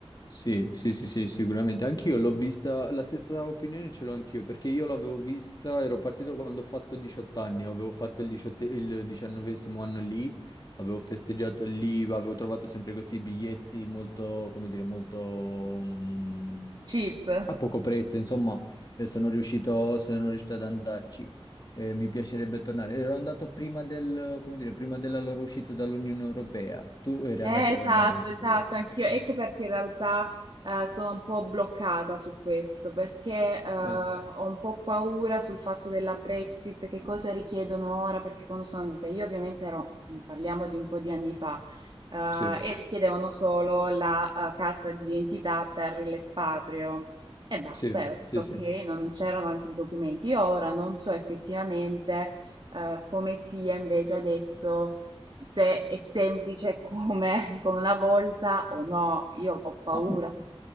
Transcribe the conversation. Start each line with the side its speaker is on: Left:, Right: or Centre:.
Left: Sì, sì, sì, sì, sicuramente. Anch'io l'ho vista, la stessa opinione ce l'ho anch'io, perché io l'avevo vista, ero partito quando ho fatto 18 anni, avevo fatto il, 18 il diciannovesimo anno lì, avevo festeggiato lì, avevo trovato sempre questi biglietti molto, come dire, molto mm,
Right: Cheap.
Left: a poco prezzo, insomma, eh, sono riuscito, sono riuscito ad andarci. Eh, mi piacerebbe tornare. Ero andato prima del, come dire, prima della loro uscita dall'Unione Europea. Tu eri
Right: Eh,
Left: andato,
Right: esatto,
Left: immagino, sempre
Right: esatto,
Left: da solo.
Right: anch'io. Ecco
Left: Mm.
Right: perché in realtà eh, sono un po' bloccata su questo, perché eh, ho
Left: Eh.
Right: un po' paura sul fatto della Brexit, che cosa richiedono ora, perché quando sono andata io ovviamente ero, parliamo di un po' di anni fa, eh,
Left: Sì,
Right: e richiedevano solo la eh, carta d'identità per l'espatrio e basta,
Left: sì,
Right: era tutto
Left: sì,
Right: ok,
Left: sì.
Right: non c'erano altri documenti. Io ora non so effettivamente eh, come sia invece adesso se è semplice come, <laughs> come una volta o no. Io ho paura.
Left: No.